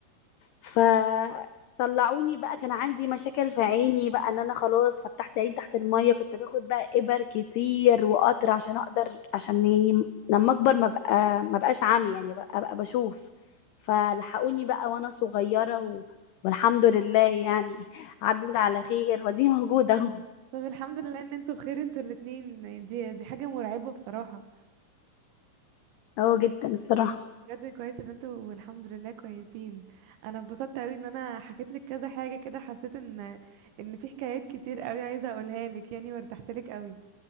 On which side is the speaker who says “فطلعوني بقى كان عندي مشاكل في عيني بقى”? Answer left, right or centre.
Left